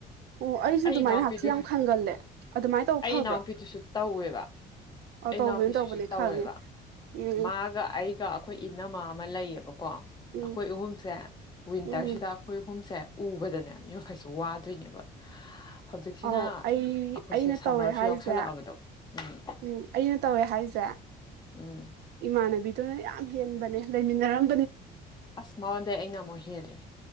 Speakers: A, on the right (about 70°); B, on the left (about 25°).
A: ꯑꯣ ꯑꯩꯁꯨ
B: ꯑꯩ
A: ꯑꯗꯨꯃꯥꯏꯅ
B: ꯏꯅꯥꯎꯄꯤꯗꯨꯁꯨ
A: ꯍꯛꯊꯤ ꯌꯥꯝ ꯈꯟꯒꯜꯂꯦ ꯑꯗꯨꯃꯥꯏꯅ ꯇꯧꯕ
B: ꯑꯩ
A: ꯐꯕ꯭ꯔꯥ
B: ꯏꯅꯥꯎꯅꯨꯄꯤꯗꯨꯁꯨ ꯇꯧꯋꯦꯕ
A: ꯑ
B: ꯑꯩ
A: ꯇꯧꯕꯅꯤ
B: ꯏꯅꯥꯎꯄꯤꯁꯤꯁꯨ
A: ꯇꯧꯕꯅꯤ
B: ꯇꯧꯋꯦꯕ
A: ꯈꯪꯉꯦ ꯎꯝ
B: ꯃꯥꯒ ꯑꯩꯒ ꯑꯩꯈꯣꯏ ꯏꯅꯃ ꯑꯃ ꯂꯩꯌꯦꯕꯀꯣ
A: ꯎꯝ
B: ꯑꯩꯈꯣꯏ ꯑꯍꯨꯝꯁꯦ ꯋꯤꯟꯇꯔꯁꯤꯗ
A: ꯎꯝ
B: ꯑꯩꯈꯣꯏ ꯑꯍꯨꯝꯁꯦ ꯎꯕꯗꯅꯦ ꯃꯤ ꯃꯈꯩꯁꯨ ꯋꯥꯗꯣꯏꯅꯦꯕ ꯍꯧꯖꯤꯛꯁꯤꯅ
A: ꯑꯧ ꯑꯩ
B: ꯑꯩꯈꯣꯏꯁꯦ
A: ꯑꯩꯅ
B: ꯁꯝꯃꯔꯁꯨ
A: ꯇꯧꯋꯦ ꯍꯥꯏꯁꯦ
B: ꯌꯥꯎꯁꯜꯂꯛꯑꯕꯗꯣ ꯎꯝ
A: ꯎꯝ ꯑꯩꯅ ꯇꯧꯋꯦ ꯍꯥꯏꯁꯦ
B: ꯎꯝ
A: ꯏꯃꯥꯟꯅꯕꯤꯗꯨꯅ ꯌꯥꯝ ꯍꯦꯟꯕꯅꯦ ꯂꯩꯃꯤꯟꯅꯔꯝ
B: ꯑꯁ ꯃꯉꯣꯟꯗꯩ ꯑꯩꯅ ꯑꯃꯨꯛ ꯍꯦꯜꯂꯤ